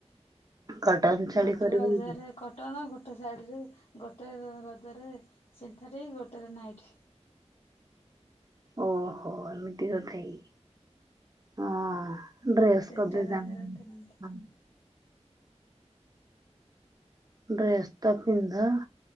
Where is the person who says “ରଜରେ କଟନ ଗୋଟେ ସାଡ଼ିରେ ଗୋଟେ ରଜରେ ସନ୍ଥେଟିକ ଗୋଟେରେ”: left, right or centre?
Left